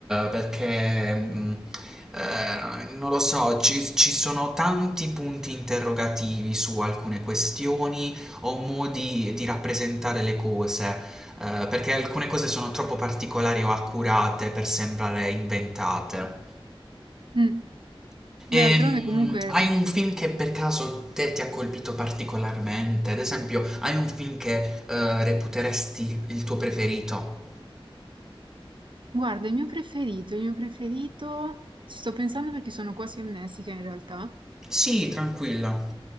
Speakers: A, in the centre; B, on the right (about 60°).
A: perché mh, eh, non lo so, ci, ci sono tanti punti interrogativi su alcune questioni o modi di rappresentare le cose, eh, perché alcune cose sono troppo particolari o accurate per sembrare inventate.
B: Mm. Beh,
A: E,
B: d'altronde
A: mh,
B: comunque,
A: hai un film che per caso te ti ha colpito particolarmente? Ad esempio, hai un film che eh, reputeresti il tuo preferito?
B: guarda, il mio preferito, il mio preferito, ci sto pensando perché sono quasi amnestica in realtà,
A: Sì, tranquilla.